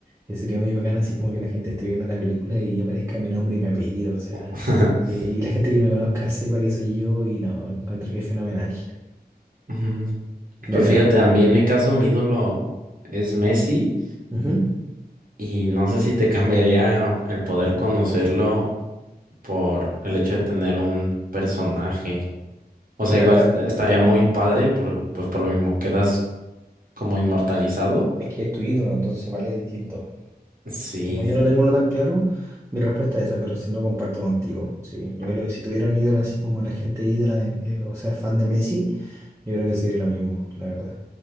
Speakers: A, on the right (about 20°); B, on the right (about 60°).
A: que sería muy bacán así como que la gente esté viendo la película y aparezca mi nombre y mi apellido, o sea,
B: <laughs>
A: eh, y la gente que me conozca sepa que soy yo y no, encuentro que es fenomenal.
B: Mm,
A: Ya,
B: Pues
A: mira.
B: fíjate, a mí en mi caso mi ídolo es Messi
A: Ujú.
B: y no sé si te cambiaría el poder conocerlo por el hecho de tener un personaje. O sea,
A: Ya,
B: igual
A: claro,
B: estaría muy padre, por, pues por lo mismo, quedas como inmortalizado.
A: es que es tu ídolo, entonces vale distinto.
B: Sí,
A: Como yo no tengo uno tan claro, mi respuesta es esa, pero si no, comparto contigo. Sí, yo
B: ujú.
A: creo que si tuviera un ídolo así como la gente ídola, de- eh, o sea, fan de Messi, yo creo que sería lo mismo, la verdad.